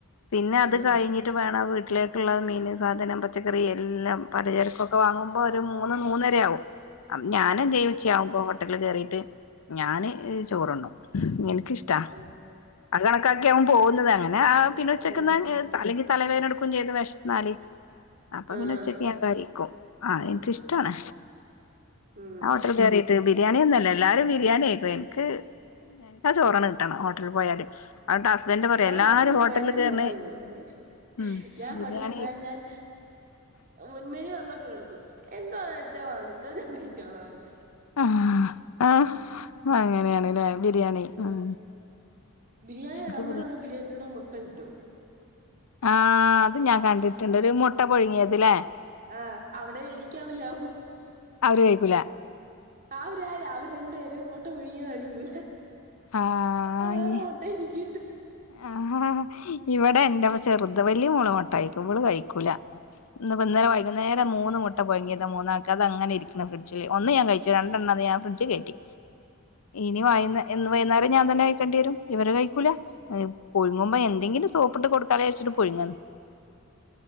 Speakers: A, on the left; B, on the right.
A: പിന്നെ
B: ആഹ് ആഹ്
A: അത് കഴിഞ്ഞ്ട്ട. ട്ട് വേണം വീട്ടിലേക്കുള്ള മീൻ സാധനം പച്ചക്കറി എല്ലാം പലചരക്കൊക്കെ വാങ്ങു. മ്പൊ ഒരു മൂന്ന് മൂന്നരയാവും. ഞാനന്തെയ്യും ഉച്ചയാവുമ്പോ ഹോട്ടലില് കേറീട്ട് ഞാന് ചോറ്ണ്ണും. എനക്കിഷ്. ട
B: ആഹ്
A: അതും കണക്കാക്കിയാവും പോകുന്നത് അങ്ങനെ ആ പിന്നെ ഉച്ചക്ക്ന്നാൻ
B: ആഹ്
A: ഏ. അല്ലെങ്കിൽ തലവേദന എടുക്കും ചെയ്യും. വെഷന്നാല് അപ്പൊ
B: ആഹ്
A: പിന്നെ ഉച്ചക്ക്. ഞാൻ കഴിക്കും ആ എനിക്കിഷ്ടണ ട്ടാണ്
B: ഉം
A: ഞാൻ ഹോട്ടൽ കേറി ത് ബിരിയാണിയന്നുംല്ല എല്ലാരും ബിരിയാണിയിക്കും എൻക്ക് എൻക്കാ ചോറന്നെ കിട്ടണം ഹോട്ടലിൽ പോയാല് അന്നിട്ട് ഹസ്ബൻഡ് പറയും
B: ഞാൻ
A: എല്ലാരും
B: ഹോട്ടലിൽ പോയാ ഞാൻ
A: കേറ്ണെ
B: ഓർഡർ ചെയ്ല്ല
A: ഉം
B: ഞാൻ
A: ബിരിയാണി
B: ഹോട്ടലിൽ പോയാ
A: ആയിട്ട്
B: ഞാൻ ഉൻമെനു അങ്ങോട്ട് കൊട്ക്കും എന്തോന്നച്ചാ വാങ്ങിച്ചോ ഞാൻ കഴിച്ചോളാന്ന്
A: ആ ആ അങ്ങനെയാണല്ലേ ബിരിയാണി
B: ആ
A: ഉം
B: ബിരിയാണിയ
A: എനിക്ക്
B: നമ്മുടെ ഇവിടെ ബിരിയാണിയടെ മുട്ട കിട്ടു
A: ആ അത് ഞാൻ കണ്ടിട്ടുണ്ട് ഒരു മുട്ട പൊഴുങ്ങിയത് ലേ
B: ആ അവിടെ എനിക്കാണ് ലാഭം
A: അവര് കഴിക്കൂല
B: ആവ് രാര് അവര് രണ്ടു പേരും മുട്ടപു ഴുങ്ങിയത് കഴിക്കൂല
A: ആയ്
B: അവരുടെ
A: ന്
B: മൊട്ട എനിക്ക് ഗീട്ട്
A: ആ ഇവിടെ എന്റെപ്പ ചെറുത് വല്യ മോള് മുട്ട കഴിക്കും ഇവള് കഴിക്കൂല ഇന്ന്പ്പ
B: ആഹ്
A: ന്നലെ വൈകുന്നരം ലെ മൂന്ന് മുട്ട പഴങ്ങിയത മൂന്നാക്ക് അതങ്ങനെ ഇരിക്ക്ണ ഫ്രിഡ്ജ്ല് ഒന്ന് ഞൻ കഴിച്ചു രണ്ടണ്ണത് ഞ ഫ്രഡ്ജ് കേറ്റി ഇനി വൈ ന്ന് ഇന്ന് വൈന്നേരം ഞാ തന്നെ കഴിക്കേണ്ടിരും ഇവര് കഴിക്കൂല പുഴുങ്ങുമ്പോ എന്തെങ്കിലും സോ പ്പ്ട്ട് കൊടുക്കാലാര്ച്ചിട്ട് പുഴുങ്ങുന്ന